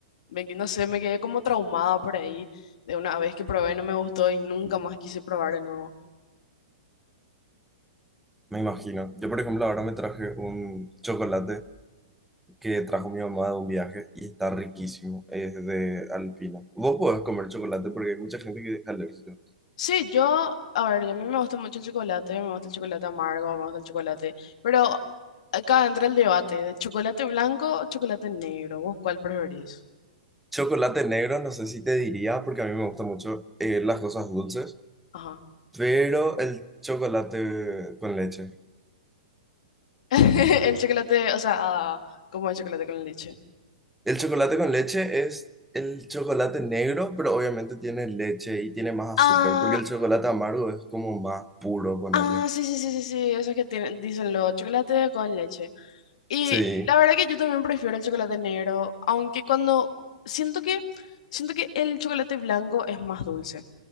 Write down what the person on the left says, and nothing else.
me, que- no sé, me quedé como traumada por ahí de una vez que probé, no me gustó y nunca más quise probar de nuevo.
Sí, yo, a ver, a mí me gusta mucho el chocolate, me gusta el chocolate amargo, me gusta el chocolate, pero acá entra el debate de chocolate blanco o chocolate negro, ¿vos cuál preferís?
Ajá.
<laughs> El chocolate, o sea, ah, como el chocolate con leche.
Ah,
ah, sí, sí, sí, sí, sí, eso es que tienen, dicen lo chocolate con leche. Y
la verdad que yo también prefiero el chocolate negro, aunque cuando siento que siento que el chocolate blanco es más dulce.